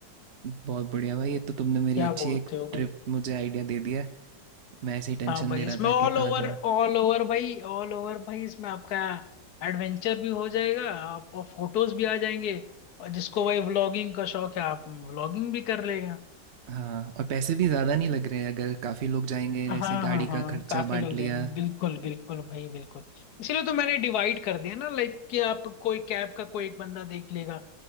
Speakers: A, on the right; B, on the left.
A: बहुत बढ़िया भाई ये तो तुमने मेरी
B: क्या
A: अच्छी
B: बोलते
A: एक
B: हो भाई
A: ट्रिप मुझे आइडिया दे दिया है मैं ऐसे ही टेंशन
B: हाँ भाई
A: ले रहा
B: इसमें
A: था
B: ऑल
A: कि
B: ओवर
A: कहाँ जाऊँ
B: ऑल ओवर भाई ऑल ओवर भाई इसमें आपका एडवेंचर भी हो जाएगा आप और फोटोज भी आ जाएंगे और जिसको भाई व्लॉगिंग का शौक है आप व्लॉगिंग भी कर लेगा
A: हाँ और पैसे भी ज़्यादा नहीं लग रहे अगर काफ़ी लोग जाएंगे
B: हाँ
A: जैसे
B: हाँ
A: गाड़ी
B: हाँ
A: का खर्चा
B: काफी
A: बांट
B: लोग
A: लिया
B: जाएंगे बिल्कुल बिल्कुल भाई बिल्कुल इसीलिए तो मैंने डिवाइड कर दिया ना लाइक कि आप कोई कैब का कोई एक बंदा देख लेगा